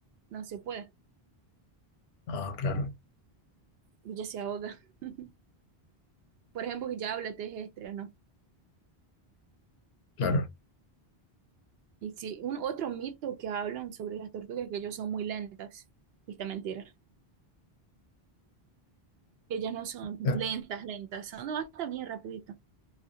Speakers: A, on the right (about 75°); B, on the left (about 80°).
A: No se puede.
B: Ah, claro,
A: Ella se ahoga. <laughs> Por ejemplo, que ya habla terrestre, ¿no?
B: claro.
A: Y sí, un otro mito que hablan sobre las tortugas es que ellos son muy lentas. Y esta mentira. Ellas no son
B: Ya.
A: lentas, lentas. Son hasta bien rapidito.